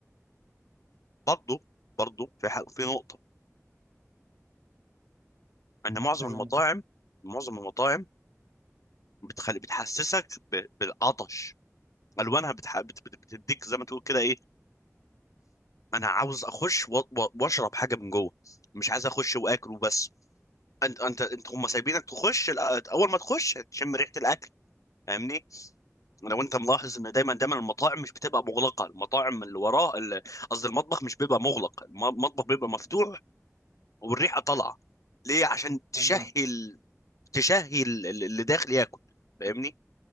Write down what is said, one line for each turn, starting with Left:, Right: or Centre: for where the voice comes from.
Left: برضه برضه في حق في نقطه ان معظم
Right: ايوه
Left: المطاعم
Right: معاك.
Left: معظم المطاعم بتخلي بتحسسك ب... بالعطش الوانها بتح... بت... بت- بتديك زي ما تقول كده ايه انا عاوز اخش و... و... واشرب حاجه من جوه مش عايز اخش واكل وبس انت انت انت هم سايبينك تخش الأ- اول ما تخش تشم ريحه الاكل فاهمني لو انت ملاحظ ان دايما دايما المطاعم مش بتبقى مغلقه المطاعم اللي وراه ال- قصدي المطبخ مش بيبقى مغلق الم- المطبخ بيبقى مفتوح والريحه طالعه ليه عشان تشهي
Right: تمام.
Left: ال- تشهي ال- ال- اللي داخل ياكل فاهمني